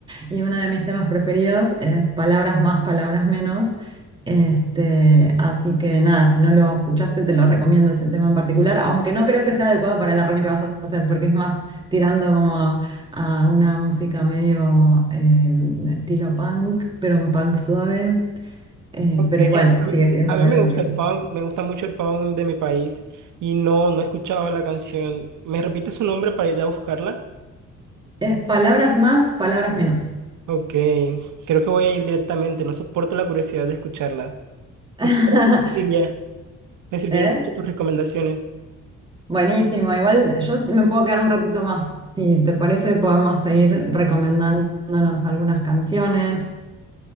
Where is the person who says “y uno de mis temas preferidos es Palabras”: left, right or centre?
Right